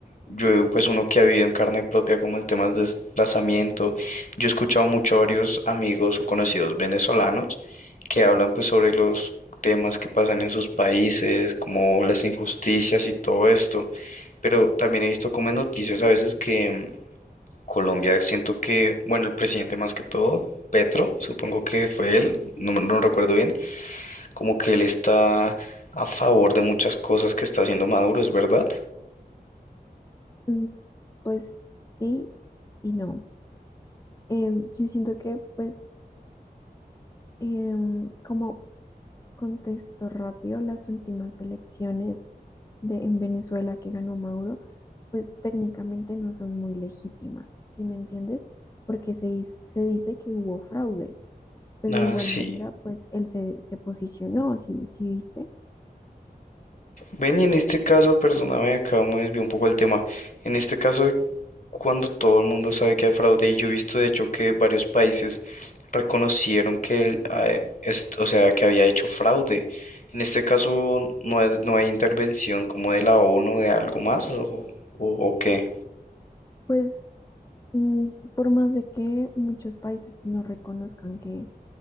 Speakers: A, on the left; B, on the left.
A: yo pues uno que ha vivido en carne propia como el tema del desplazamiento, yo he escuchado mucho a varios amigos o conocidos venezolanos que hablan pues sobre los temas que pasan en sus países, como las injusticias y todo esto. Pero también he visto como en noticias a veces que Colombia siento que, bueno, el presidente más que todo, Petro, supongo que fue él, no, me- no recuerdo bien, como que él está a favor de muchas cosas que está haciendo Maduro, ¿es verdad?
B: Mm, Pues sí y no. Em, yo siento que pues Em, como contexto rápido, las últimas elecciones de, en Venezuela que ganó Maduro, pues técnicamente no son muy legítimas, ¿sí me entiendes? Porque se, dis- se dice que hubo fraude, pero
A: Ah,
B: de igual
A: sí.
B: manera, pues él se, se posicionó, si, si viste,
A: Ven, y en este caso, perdóname, acá me desvió un poco el tema. En este caso, cuando todo el mundo sabe que hay fraude y yo he visto de hecho que varios países reconocieron que, el- ah, est- o sea, que había hecho fraude. En este caso no hay, no hay intervención como de la ONU de algo más o, o, o qué.
B: pues mm, por más de que muchos países no reconozcan que,